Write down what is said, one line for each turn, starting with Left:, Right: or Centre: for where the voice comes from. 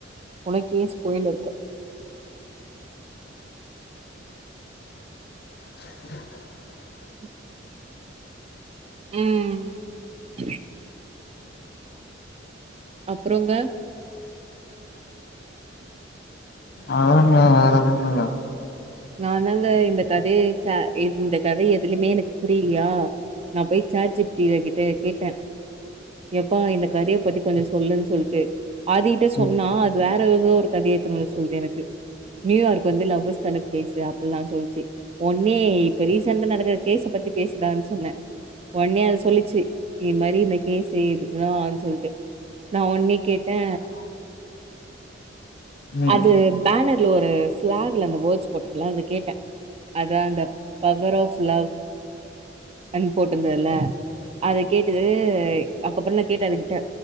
Right: உனக்கே ஸ்புயல் இருக்கு
Left: <inaudible>
Right: <inaudible> ம் அப்பறோங்க
Left: அதங்க வேரது சொ
Right: நான தா இந்த கதைய இந்த கதை எதுலுமே எனக்கு புரியலையா நா போய் சார்ஜிபி டி கிட்ட கேட்டே எப்பா இந்த கதையை பத்தி கொஞ்ச சொல்லுன் சொல்ட்டு அதுகிட்ட சொன்னா
Left: ம்
Right: அது வேற ஏதோ ஒரு கதய எத்துனு வந்து சொல்லுது எனக்கு நியூயார்க் வந்து லவ்வர்ஸ் கான பிளேஸ்சு அப்படல்லா சொல்ச்சு ஒன்னே இப்ப ரீசெண்டா நடக்கிற கேஸ பத்தி பேசுடானு சொன்னே ஒனே அது சொல்லுச்சு இந்த மாரி இந்த கேசு இதுக்குதான்னு சொல்ட்டு நா ஒன்னே கேட்டே
Left: ம்
Right: அது பேனர்ல ஒரு பிளாக்ல அந்த வேட்சு பட் நா அத கேப்பே அதா அந்த பவர் ஆப் லவ் அ போட்டுருந்தல்ல அத கேட்டு அதுக்கப்பறமா கேட்ட அதுகிட்ட